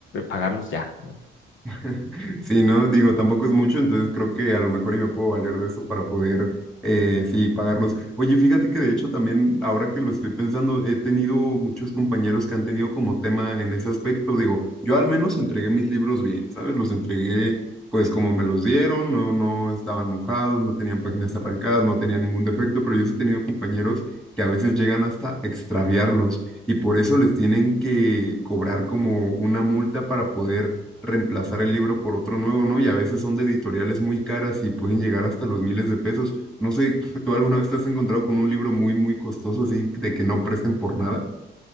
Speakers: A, on the left; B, in the centre.
A: pagarlos ya, ¿no?
B: <laughs> Sí, ¿no? Digo, tampoco es mucho, entonces creo que a lo mejor y me puedo valer de eso para poder, eh, sí, pagarlos. Oye, fíjate que de hecho también, ahora que lo estoy pensando, he tenido muchos compañeros que han tenido como tema en ese aspecto. Digo, yo al menos entregué mis libros bien, ¿sabes? Los entregué pues como me los dieron, no, no estaban mojados, no tenían páginas arrancadas, no tenían ningún defecto, pero yo sí he tenido compañeros que a veces llegan hasta a extraviarlos y por eso les tienen que cobrar como una multa para poder reemplazar el libro por otro nuevo, ¿no? Y a veces son de editoriales muy caras y pueden llegar hasta los miles de pesos. No sé, <laughs> ¿tú alguna vez te has encontrado con un libro muy, muy costoso así de que no presten por nada?